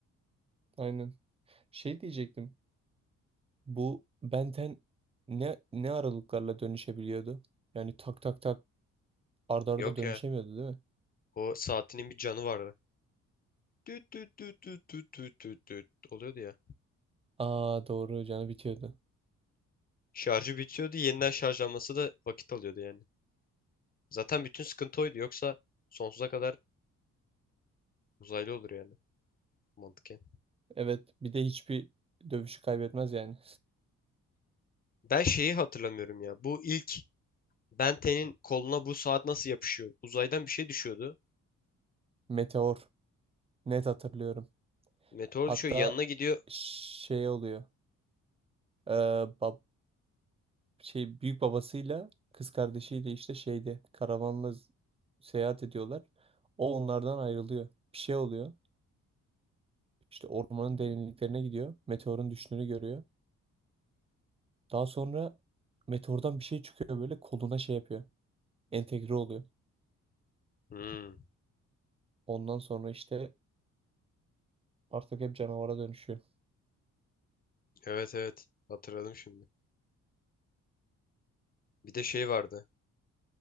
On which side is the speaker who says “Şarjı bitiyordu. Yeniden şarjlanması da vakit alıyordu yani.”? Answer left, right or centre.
Left